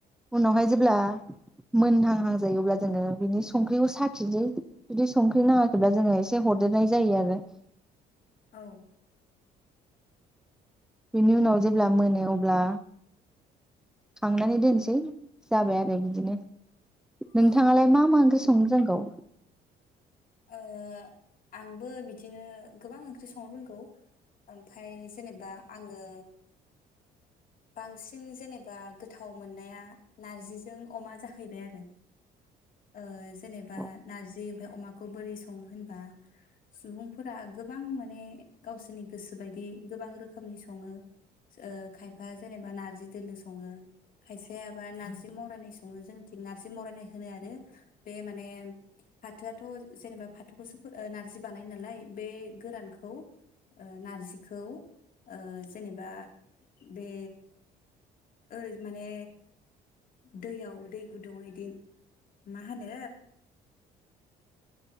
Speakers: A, in the centre; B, on the left.
A: उनावहाय जेब्ला मोनहांहांजायो अब्ला जोङो बिनि संख्रिखौ साखिनोसै जुदि संख्रि नाङाखैब्ला जोङो एसे हरदेरनाय जायो आरो।
B: औ
A: बेनि उनाव जेब्ला मोनो अब्ला खांनानै दोनसै। जाबाय आरो बिदिनो। नोंथाङालाय
B: ओ
A: मा मा ओंख्रि संनो रों गौ?
B: ओ आंबो बिदिनो गोबां ओंख्रि संनो रोंगौ। ओमफाय जेनेबा आङो बांसिन जेनेबा गोथाव मोननाया नारजिजों अमा जाहैबाय आरो। ओ जेनेबा
A: औ
B: नारजि बे अमा खौ बोरै सङो होनबा सुबुंफोरा गोबां माने गावसोरनि गोसो बायदि गोबां रोखोमनि सङो। ओ खायफा जेनेबा नारजि दोलो सङो खायफा जेनबा नारजि मावरायनाय सङो जोंनिथिं नारजि मरायनाय होनो आरो बे माने फाथो थ जेनेबा फाथौखौसो नार्जि बानायो नालाय बे गोरानखौ नारजिखौ ओ जेनेबा बे ओ माने दैयाव दै गुदुङाव बिदि मा होनो